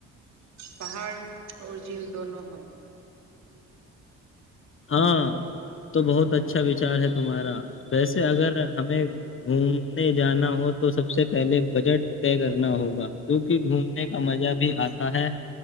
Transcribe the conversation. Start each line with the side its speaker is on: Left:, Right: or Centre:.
Right: پہاڑ اور <unintelligible> جھیل دونوں ہو
Left: ہاں تو بہت اچھا وچار ہے تمہارا ویسے اگر ہمیں گھومنے جانا ہو تو سب سے پہلے بجٹ طے کرنا ہوگا کیونکہ گھومنے کا مزہ بھی آتا ہے